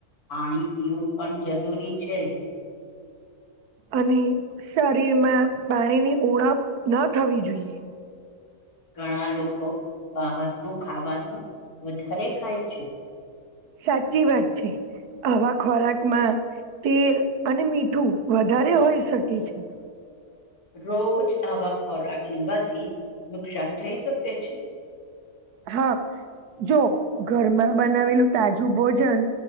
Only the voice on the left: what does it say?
પાણી પીવું પણ જરૂરી છે
ઘણા લોકો બહારનું ખાવાનું વધારે ખાય છે
રોજ આવા ખોરાક લેવાથી નુકસાન થઈ શકે છે